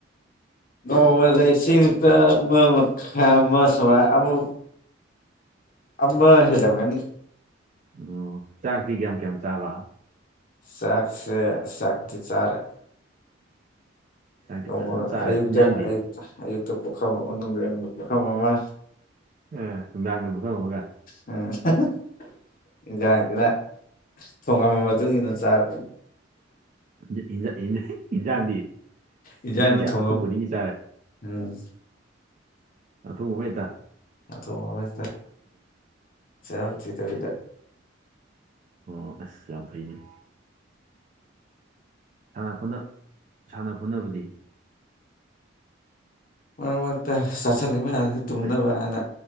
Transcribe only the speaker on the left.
ꯅꯣꯡꯃꯗ ꯏꯁꯤꯡ ꯂꯤꯇꯔ ꯑꯃ ꯃꯈꯥꯏ ꯑꯃ ꯁꯨꯃꯥꯏ ꯑꯃꯨꯛ ꯑꯃ ꯍꯦꯜꯂꯝꯃꯅꯤ
ꯆꯥꯛꯁꯦ ꯑꯁ ꯆꯥꯛꯇꯤ ꯆꯥꯔꯦ
ꯅꯣꯡꯃ
ꯑꯌꯨꯛꯇ
ꯑꯌꯨꯛꯇ ꯑꯌꯨꯛꯇ ꯄꯨꯈꯝ ꯑꯃ ꯅꯨꯡꯗꯤꯟꯗ ꯄꯨꯈꯝ ꯑꯃ
ꯎꯝ ꯑꯍ ꯍ ꯍ ꯏꯟꯖꯥꯡꯁꯤꯅ ꯊꯣꯡꯉꯝꯝꯕ ꯃꯇꯨꯡ ꯏꯟꯅ ꯆꯥꯔ
ꯏꯟꯖꯥꯡꯅ
ꯊꯣꯡꯉꯝ
ꯎꯝ
ꯑꯊꯣꯡꯕ ꯑꯃꯍꯦꯛꯇ ꯆꯤꯜꯍꯥꯎ ꯊꯤꯗꯕꯤꯗ
ꯃꯔꯛ ꯃꯔꯛꯇ ꯆꯥꯁꯤꯜꯂꯤ ꯃꯌꯥꯝꯁꯤ ꯇꯨꯝꯅꯕꯥꯅ